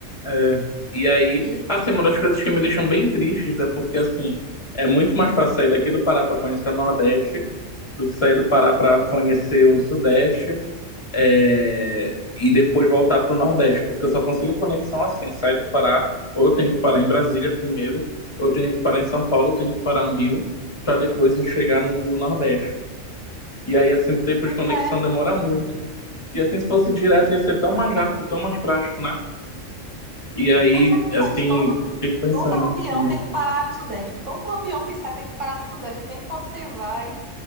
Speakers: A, on the left; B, on the right.
A: É, e aí,
B: E,
A: assim, uma das coisas que me deixam bem tristes é porque, assim, é muito mais fácil sair daqui do Pará para conhecer o Nordeste do que sair do Pará para conhecer o Sudeste, é, e depois voltar para o Nordeste, porque eu só consigo conexão assim, sair do Pará, ou eu tenho que parar em Brasília primeiro, ou eu tenho que parar em São Paulo, ou eu tenho que parar no Rio, para depois eu chegar no Nordeste. E aí, assim, o tempo
B: pois
A: de conexão
B: é,
A: demora muito. E assim, se fosse direto, ia ser tão mais rápido, tão mais prático, né? E aí,
B: pois é,
A: assim,
B: faz todo,
A: fico pensando
B: todo avião
A: nisso.
B: tem que parar no Sudeste. Todo avião que sai tem que parar no Sudeste. Depende de quando você vai,